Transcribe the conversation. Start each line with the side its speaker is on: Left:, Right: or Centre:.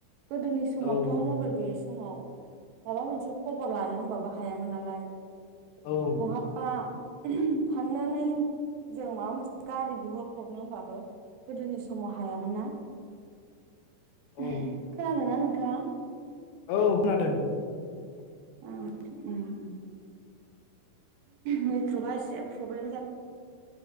Right: गोदोनि समावथ'
Left: औ
Right: मबाइल गैयै समाव माबा मोनसे खबर लानो होनबाबो हायामोन नालाय
Left: औ
Right: बहा फाननानै जों माबा मोनसे गारि बिहरब्रबनो होनबाबो गोदोनि समाव हाया ना
Left: औ
Right: खोनादों ना नोंथां थां।
Left: औ खोनादों?
Right: ओम उम उम नेटवर्कआ एसे प्रब्लेम जा